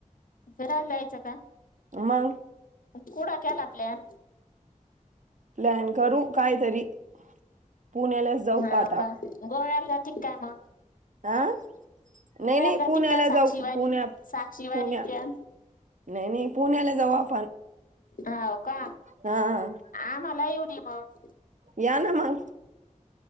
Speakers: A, on the left; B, on the right.
A: फिरायला जायचं का?
B: मंग
A: कुट केला प्लॅन?
B: प्लॅन करू कायतरी पुण्यालाच जाऊ
A: हाव
B: आता.
A: का गोव्याला जाती का काय मंग?
B: हं नाही नाही
A: जाती
B: पुण्याला
A: काय साक्षीवाणी?
B: जाऊ पुण्या
A: साक्षीवाणी
B: पुण्या
A: त्या
B: नाही नाही पुण्याला जाऊ आप.
A: होव का
B: हा
A: आम्हाला येऊ दे मग.
B: या ना मंग.